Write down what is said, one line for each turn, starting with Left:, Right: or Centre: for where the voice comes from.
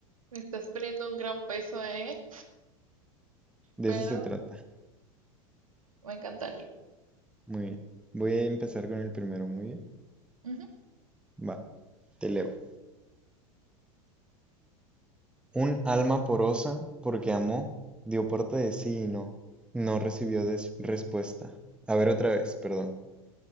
Right: Me estás poniendo un gran peso, ¿eh?
Centre: de
Right: Pero
Centre: eso se trata.
Right: me encantaría.
Centre: Muy bien. Voy a empezar con el primero, muy bien.
Right: Ujú.
Centre: Va, te leo. Un alma porosa, porque amó, dio parte de sí y no, no recibió des- respuesta. A ver otra vez, perdón.